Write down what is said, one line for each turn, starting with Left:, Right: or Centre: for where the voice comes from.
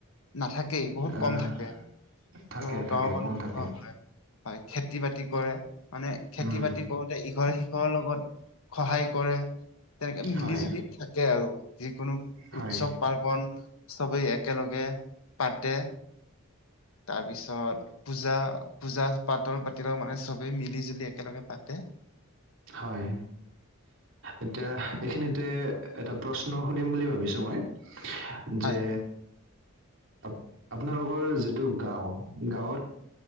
Left: নাথাকেই বহুত
Right: আহ,
Left: কম থাকে
Right: থাকে
Left: ত
Right: থাকে
Left: গাঁৱৰ মানুহ
Right: কম থাকে
Left: অ', হয়। হয় খেতি বাতি কৰে মানে খেতি
Right: উম,
Left: বাতি কৰোতে ইঘৰে সিঘৰ লগত সহায় কৰে তেনেকে মিলি
Right: হয়
Left: জুলি থাকে আৰু যিকোনো
Right: হয়,
Left: উৎসৱ পাৰ্বন চবেই একেলগে পাতে তাৰপিছত পূজা পূজা পাতল পাতিলেও মানে চবেই মিলি জুলি একেলগে পাতে
Right: হয় এতিয়া এইখিনিতে এটা প্ৰশ্ন সুধিম বুলি ভাবিছো মই
Left: হয়
Right: যে
Left: <unintelligible>
Right: আপ- আপোনালোকৰ যিটো গাঁও গাঁৱত